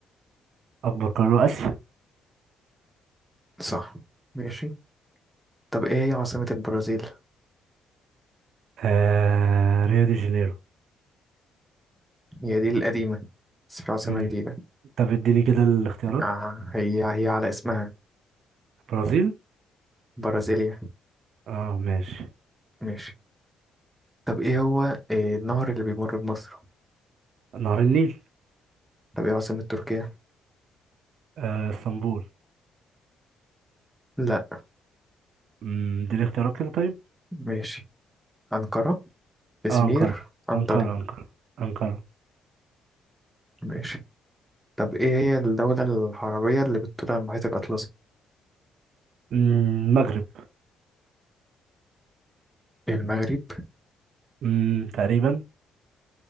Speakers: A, on the right; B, in the centre.
A: اكبر قاره اسيا
B: صح ماشي طب ايه هي عاصمة البرازيل؟
A: آه ريو دي جانيرو
B: هي دي القديمة بس في عاصمة
A: مم.
B: جديدة
A: طب اديني كده الاختيارات
B: آه هي هي على اسمها
A: برازيل
B: برازيليا
A: اه ماشي
B: ماشي طب ايه هو إيه النهر اللي بيمر بمصر؟
A: نهر النيل
B: طب ايه عاصمة تركيا؟
A: آه اسطنبول
B: لا
A: مم، اديني اختيارات كده طيب
B: ماشي أنقرة إزمير
A: اه انقره
B: أنطاليا
A: انقره انقره انقره
B: ماشي طب إيه هي الدولة العربية اللي بتطل على المحيط الأطلسي؟
A: مم، المغرب
B: المغرب
A: مم، تقريبا